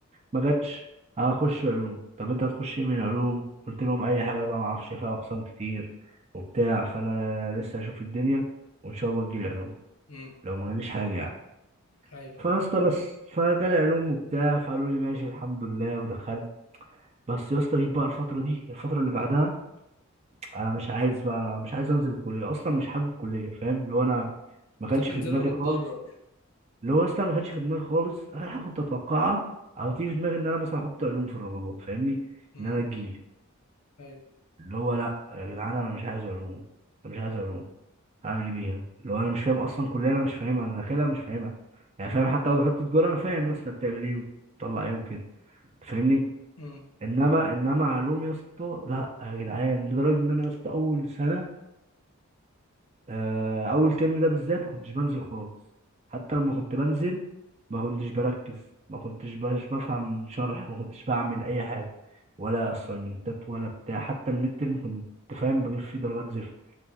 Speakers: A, on the right; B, on the left.
A: ما جاتش اه، هخش علوم طب انت هتخش ايه من علوم قلت لهم اي حاجه بقى ما اعرفش فيها اقسام كتير وبتاع فانا لسه هشوف الدنيا وان شاء الله تجيلي علوم
B: امم
A: لو ما جاليش حاجه يعني
B: ايوه
A: فيا اسطى بس فجالي علوم وبتاع فقالوا لي ماشي الحمد لله ودخلت بس يا اسطى جيت بقى الفتره دي الفتره اللي بعدها انا مش عايز بقى انا مش عايز انزل الكليه اصلا مش حابب الكليه فاهم اللي هو انا ما
B: فانت
A: كانش
B: بتنزلها
A: في دماغي
B: متضرر
A: خالص اللي هو اصلا ما كانش في دماغي خالص اخر حاجه كنت اتوقعها او تيجي في دماغي ان انا مثلا احط علوم في الرغبات فاهمني
B: امم
A: ان انا تجيلي
B: ايوه
A: اللي هو لا يا جدعان انا مش عايز علوم انا مش عايز علوم هعمل ايه بيها اللي هو انا مش فاهم اصلا كليه انا مش فاهمها انا داخلها مش فاهمها يعني فاهم حتى لو دخلت تجاره انا فاهم يا اسطى بتعمل ايه وبتطلع ايه وكده أنت فاهمني
B: امم
A: انما انما علوم يا اسطى لا يا جدعان لدرجه ان انا يا اسطى اول سنه آه، اول ترم ده بالذات ما كنتش بنزل خالص حتى لما كنت بنزل ما كنتش بركز ما كنتش باش بفهم شرح ما كنتش بعمل اي حاجه ولا اسايمنتات ولا بتاع حتى الميد ترم كنت فاهم بجيب فيه درجات زفت